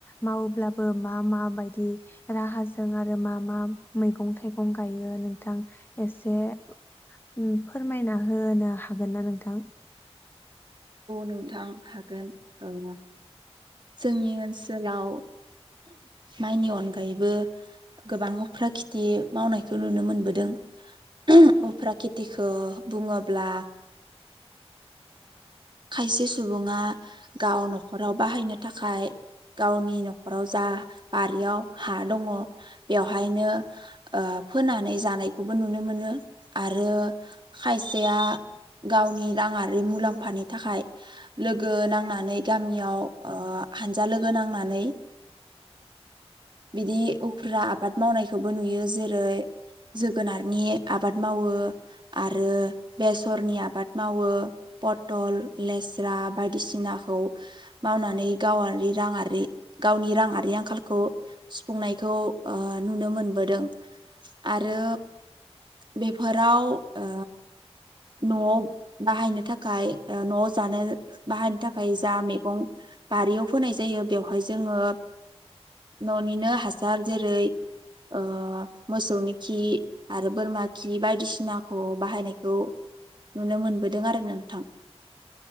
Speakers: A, on the left; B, on the right.
A: मावोब्लाबो मा माबायदि राहाजों आरो मा मा मैगं थाइगं गायो नोंथां एसे उम फोरमायना होनो हागोन ना नोंथां
B: नोंथां हागोन औ जोंनि ओनसोलाव माइनि अनगायैबो गोबां उफ्रा खिथि मावनायखौ नुनो मोनबोदों। <inaudible> दिखौ बुङोब्ला खायसे सुबुङा गाव न'खराव बाहायनो थाखाय गावनि न'खराव जा बारियाव हा दङ बेवहायनो ओ फोनानै जानायखौबो नुनो मोनो आरो खायसेया गावनि राङारि मुलाम्फानि थाखाय लोगो नांनानै गामियाव हानजा लोगो नांनानै बिदि उफ्रा आबाद मावनायखौबो नुयो जेरै जोगोनारनि आबाद मावो आरो बेसरनि आबाद मावो पटल लेस्रा बायदिसिनाखौ मावनानै गावारि राङारि गावनि राङारि आंखालखौ सुफुंनायखौ ओ नुनो मोनबोदों आरो बेफोराव ओ न'आव बाहायनो थाखाय ओ न'आव जानो बाहायनो थाखाय जा मेगं बारियाव फोनाय जायो बेवहाय जोङो न'निनो हासार जेरै ओ मोसौनि खि आरो बोरमा खि बायदिसिनाखौ बाहायनायखौ नुनो मोनबोदों आरो नोंथां